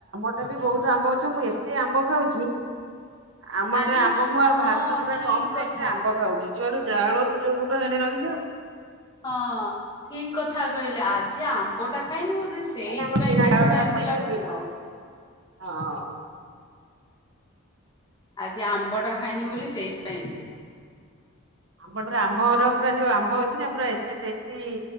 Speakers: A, on the right (about 65°); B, on the left (about 20°).
A: ଏଟା ବି ବହୁତ୍ ଆମ୍ବ ଗଛ ମୁଁ ଏତେ ଆମ୍ବ ଖାଉଚି ଆମ
B: ଆଜି
A: ଟେ ଆମ୍ବ ମୁଁ ଆଉ
B: ହଁ
A: ଭାତ ପୁରା
B: ଠିକ
A: କମ୍
B: କଥା
A: ଖାଇକିରି ଆମ୍ବ ଖାଉଚି। ଯୁଆଡୁ ଜାଉଣୁ ତ ଯୋଉ ପଟୁଆ ହେଲେ ରହିଯାଉ।
B: ହଁ ଠିକ୍ କଥା କହିଲେ ଆଜି ଆମ୍ବ୍ ମ୍ବଟା ଖାଇନି ବୋଧେ ସେଇଥିପାଇଁ
A: ଆରେ ଆମ କିଣା
B: ପେଟଟା
A: ଡାଳ ଗୁରା
B: ଏମିତି
A: ସହିକି
B: ଲାଗୁଚି ଆଉ।
A: ହଁ।
B: ଆଜି ଆମ୍ବ ଟା ଖାଇନି ବୋଲି ସେଇଥିପାଇଁ ସେ
A: ଆମ୍ବ ପୁରା ଆମର ପୁରା ଯୋଉ ଆମ୍ବ ଅଛି ନା ପୁରା ଏତେ ଟେଷ୍ଟି କି